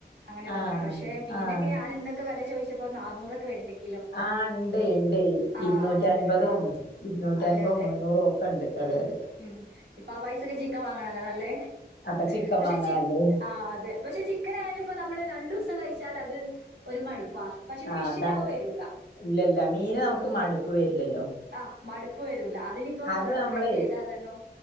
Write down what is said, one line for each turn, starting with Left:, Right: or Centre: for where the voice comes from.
Right: അങ്ങനെ പറഞ്ഞേട്ടു
Left: ആഹ്
Right: പക്ഷെ മീനൊക്കെ
Left: ആഹ്
Right: ഞാൻ ഇന്നെക്കെ വെല ചോയ്ച്ചപ്പോ നാനൂറൊക്കെ വരണ്ട് ക്കേം
Left: ആ ഇണ്ട് ഇണ്ടെ
Right: ആഹ്
Left: ഇുന്നൂറ്റിഅൻപതും
Right: അതെ നാന്നൂ
Left: ഇരുന്നൂറ്റി
Right: അതെ
Left: അൻപോം
Right: അതെ.
Left: മുന്നൂറും ഒക്കെ ഇണ്ട് അതെ അതെ
Right: ഉം ഇപ്പൊ ആ പൈസക്ക് ചിക്കൻ വാങ്ങണല്ലോ നല്ലേ
Left: അപ്പൊ ചിക്കൻ
Right: പക്ഷെ
Left: വാങ്ങാ
Right: ചി
Left: ന്നല്ലേ
Right: ആഹ് അതെ പക്ഷെ ചിക്കൻ ആയാലും ഇപ്പം നമ്മള് രണ്ടു ദിവസം കഴിച്ചാൽ അത് ഒരു മടുപ്പാ പക്ഷെ
Left: ആഹ
Right: ഫിഷിന്
Left: അതാണ്
Right: അത് വരൂല.
Left: ഇല്ല ഇല്ല മീന് നമുക്ക് മടുപ്പ് വരില്ലല്ലോ
Right: ആ മടുപ്പ് വരൂല അതിനിപ്പോ
Left: അത് നമ്മളെ
Right: ഫ്രൈ ചെയ്ത അതല്ലോ